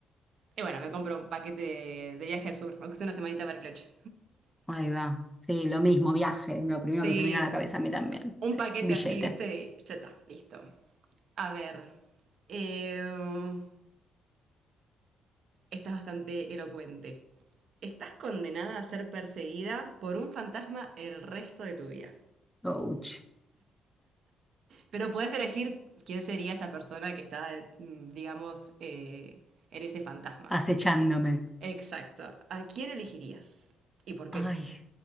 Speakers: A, on the right (about 65°); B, in the centre.
A: Y bueno, me compro un paquete de, de viaje al sur, aunque sea una semanita para Cloche.
B: Ahí va. Sí, lo mismo, viaje, lo primero
A: Sí,
B: que se me viene a la cabeza a mí también.
A: un
B: Sí,
A: paquete
B: billete.
A: así, ¿viste? Y ya está, listo. A ver. eh, Esta es bastante elocuente. Estás condenada a ser perseguida por un fantasma el resto de tu vida.
B: Ouch.
A: Pero puedes elegir quién sería esa persona que está, mm, digamos, eh, en ese fantasma.
B: acechándome.
A: Exacto. ¿A quién elegirías? ¿Y por qué?
B: Ay,